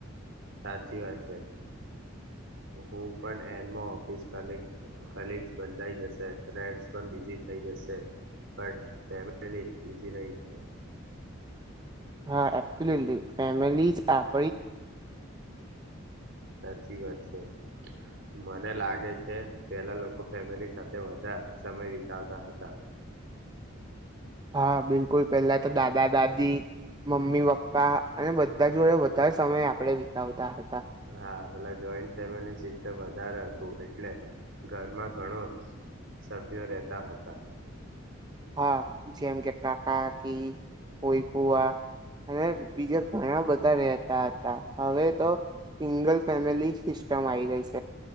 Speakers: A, on the right; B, on the right.
A: સાચી વાત છે હું પણ એન્ડમાં ઓફિસ કાલે કલિગ્સ બદલાઈ જશે ફ્રેન્ડસ પણ બિઝી થઈ જશે પણ બઝી નહી થાય
B: હા એપ્રેલી ફેમિલી જ આપ
A: સાચી વાત છે મને લાગે છે છે પહેલા લોકો ફેમિલી સાથે વધારે સમય વિતાવતા હતા
B: હા બિલકુલ પેલા તો દાદા દાદી મમ્મી પપ્પા અને બધા જોડે ત સમય આપણે વિતાવતા હતા
A: હા પેલા જોઈન્ટ ફેમિલી સિસ્ટમ હ વધારે હતું એટલે ઘરમાં ઘણો સભ્યો રહેતા હતા
B: હા જેમ કે કાકા કી કોઈપુઆ અને બીજા ઘણા બધા રહેતા હતા હવે તો સિંગલ ફેમિલી સિસ્ટમ આવી ગઈ છે